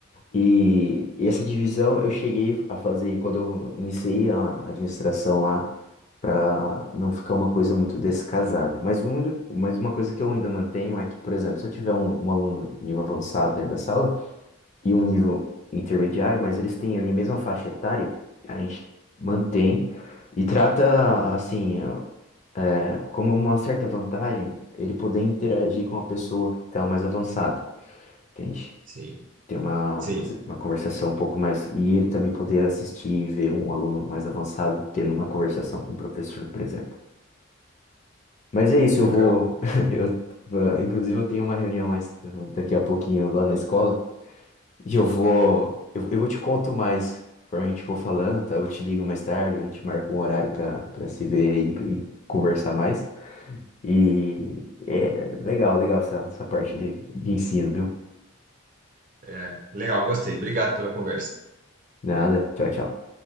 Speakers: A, on the left; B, on the right.
A: E, e essa divisão eu cheguei a fazer quando eu iniciei a administração lá, para não ficar uma coisa muito descasada. Mas, um, mas uma coisa que eu ainda mantenho é que, por exemplo, se eu tiver um, um aluno nível avançado dentro da sala, e um nível intermediário, mas eles têm ali a mesma faixa etária, a gente mantém e trata assim, é, como uma certa vantagem ele poder interagir com a pessoa que está mais avançada, entende?
B: Sim.
A: Ter uma,
B: Sim.
A: uma conversação um pouco mais. E ele também poder assistir e ver um aluno mais avançado tendo uma conversação com o professor, por exemplo. Mas é isso,
B: Legal.
A: eu vou. <laughs> Eu, inclusive, eu tenho uma reunião mais- daqui a pouquinho lá na escola. E eu vou. Eu, eu vou te conto mais. Conforme a gente for falando, tá? Eu te ligo mais tarde, a gente marca um horário pra, pra se ver aí e conversar mais. E é legal, legal essa, essa parte de, de ensino, viu?
B: É, legal, gostei. Obrigado pela conversa.
A: Nada. Tchau, tchau.